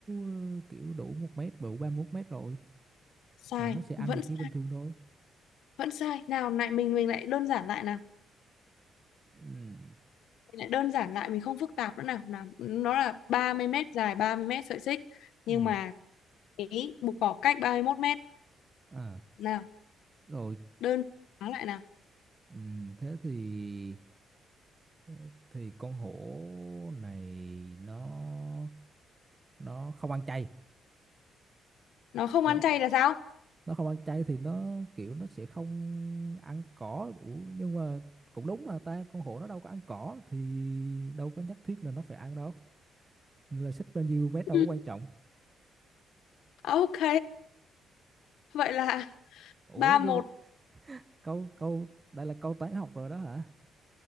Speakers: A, on the right; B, on the left.
A: ờ, kiểu đủ một mét đủ 31 mét rồi
B: sai
A: là nó sẽ ăn
B: vẫn
A: được
B: sai
A: như bình thường thôi
B: vẫn sai nào lại mình mình lại đơn giản lại nào
A: ừ,
B: mình lại đơn giản lại mình không phức tạp nữa nào nào nó là ba mươi mét dài 30 mét sợi xích nhưng
A: ừ,
B: mà cái bụi cỏ cách 31 mét
A: à,
B: nào
A: rồi
B: đơn giản lại nào
A: ừ, thế thì thế thì con hổ này nó nó không ăn chay
B: nó không
A: Đấy,
B: ăn chay là sao
A: nó không ăn chay thì nó kiểu nó sẽ không ăn cỏ Ủa, nhưng mà cũng đúng mà ta con hổ nó đâu có ăn cỏ thì đâu có nhất thiết là nó phải ăn đâu Nên là xích bao nhiêu mét đâu
B: Ừ,
A: có quan trọng
B: ok vậy là
A: ủa
B: ba một
A: nhưng mà câu câu đây là câu toán học rồi đó hả